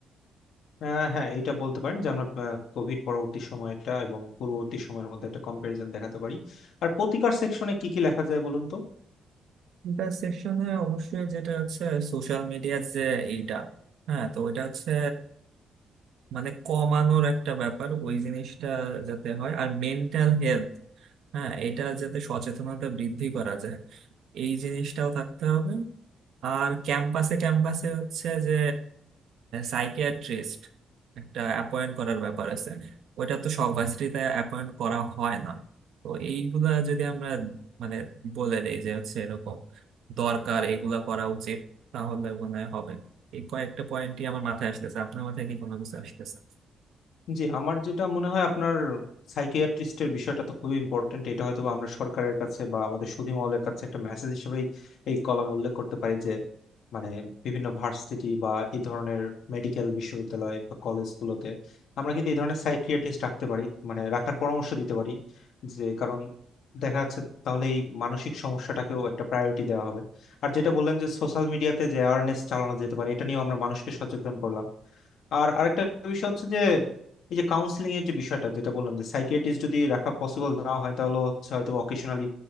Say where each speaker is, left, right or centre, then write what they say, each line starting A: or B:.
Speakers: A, on the left; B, on the right.
A: আহ, হ্যাঁ এটা বলতে পারেন যে আমরা কোভিড পরবর্তী সময়টা এবং পূর্ববর্তী সময়ের মধ্যে একটা কম্পারিজন দেখাতে পারি আর প্রতিকার সেকশনে কি কি লেখা যায় বলুন তো
B: ইন্টারসেকশনে অবশ্যই যেটা হচ্ছে সোশ্যাল মিডিয়ার যে এইটা হ্যাঁ তো ওইটা হচ্ছে মানে কমানোর একটা ব্যাপার ওই জিনিসটা যাতে হয় আর মেন্টাল হেলথ হ্যাঁ এটা যাতে সচেতনতা বৃদ্ধি করা যায় এই জিনিসটাও থাকতে হবে আর ক্যাম্পাসে ক্যাম্পাসে হচ্ছে যে সাইকিয়াট্রিস্ট একটা অ্যাপয়েন্ট করার ব্যাপার আছে ওইটা তো সব ভার্সিটিতে অ্যাপয়েন্ট করা হয় না তো এইগুলা যদি আমরা মানে বলে দেই যে হচ্ছে এরকম দরকার এগুলা করা উচিত তাহলে মনে হয় হবে এই কয়েকটা পয়েন্টই আমার মাথায় আসতেছে আপনার মাথায় কি কোনো কিছু আসতেছে
A: জি আমার যেটা মনে হয় আপনার সাইকিয়াট্রিস্টের বিষয়টা তো খুবই ইম্পর্টেন্ট এটা হয়তো বা আমরা সরকারের কাছে বা আমাদের সুধী মহলের কাছে একটা মেসেজ হিসেবেই এই কলামে উল্লেখ করতে পারি যে মানে বিভিন্ন ভার্সিটি বা এই ধরনের মেডিকেল বিশ্ববিদ্যালয় বা কলেজগুলোতে আমরা কিন্তু এই ধরনের সাইকিয়াট্রিস্ট রাখতে পারি মানে রাখার পরামর্শ দিতে পারি যে কারণ দেখা যাচ্ছে তাহলে এই মানসিক সমস্যাটাকেও একটা প্রায়োরিটি দেওয়া হবে আর যেটা বললেন যে সোশ্যাল মিডিয়াতে যে অ্যাওয়ারনেস চালানো যেতে পারে এটা নিয়েও আমরা মানুষকে সচেতন করলাম আর আরেকটা বিষয় হচ্ছে যে এই যে কাউন্সিলিং এর যে বিষয়টা যেটা বললাম যে সাইকিয়াট্রিস্ট যদি রাখা পসিবল না হয় তাহলে হচ্ছে হয়তো অকেশনালি